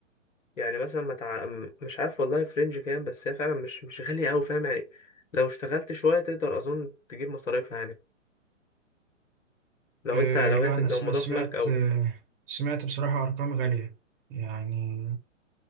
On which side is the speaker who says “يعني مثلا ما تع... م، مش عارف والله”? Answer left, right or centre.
Left